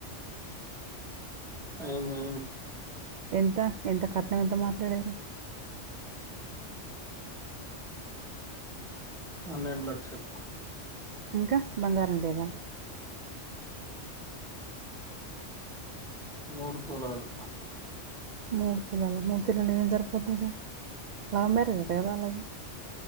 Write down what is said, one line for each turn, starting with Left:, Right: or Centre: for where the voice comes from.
Centre: అయింది అయింది
Right: ఎంత ఎంత కట్నం ఎంత మాట్లాడిర్రు
Centre: పన్నెండు లక్షలు
Right: ఇంకా బంగారం లేదా
Centre: ముడు తులాలు
Right: ముడు తులాల ముడు తులాలు ఎడ సరిపోతది లవ్ మ్యరేజ్ అట కద ఆళ్ళది